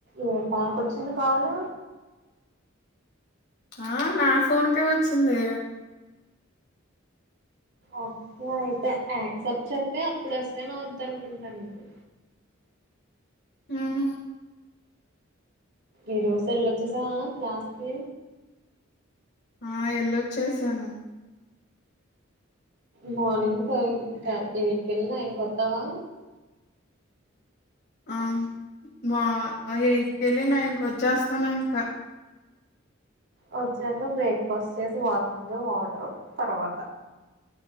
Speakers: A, on the right; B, on the left.
A: ఏ ఫోన్కొచ్చింది కాల్
B: ఆ నా ఫోన్కే వచ్చింది
A: ఓకే అయితే యాక్సెప్ట్ చెత్తే అప్పుడు అసైన్ ఆవుద్ద అనుకుంటా నీకు
B: ఉహు
A: ఈ రోజు వెళ్ళొచ్చేసావా క్లాస్కి
B: ఆ ఎల్లొ చేసాను
A: మార్నింగ్ ఫైవ్ కాదు ఎయిట్ కె వెళ్ళి నైన్ కొత్తవా
B: ఆ మా ఆ ఎయిట్ కెళ్ళి నైన్ వచ్చేస్తాను ఇంకా
A: వచ్చాక బ్రేక్ఫాస్ట్ చేసి వాకింగ్ వాటరు తర్వాత